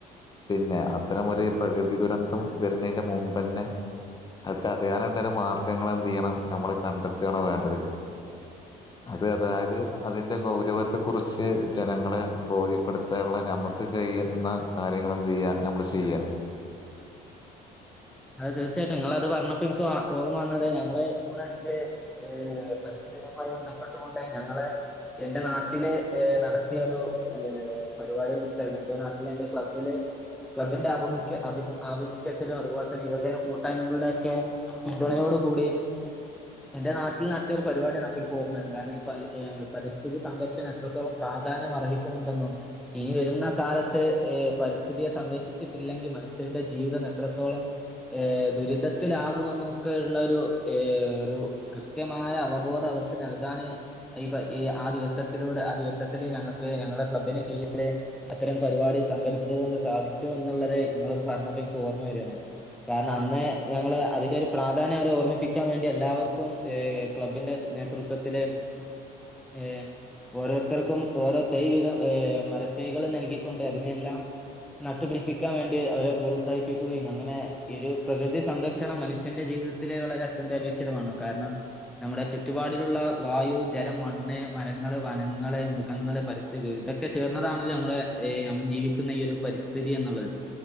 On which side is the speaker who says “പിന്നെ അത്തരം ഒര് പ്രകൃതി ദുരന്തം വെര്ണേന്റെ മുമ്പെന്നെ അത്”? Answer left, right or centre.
Left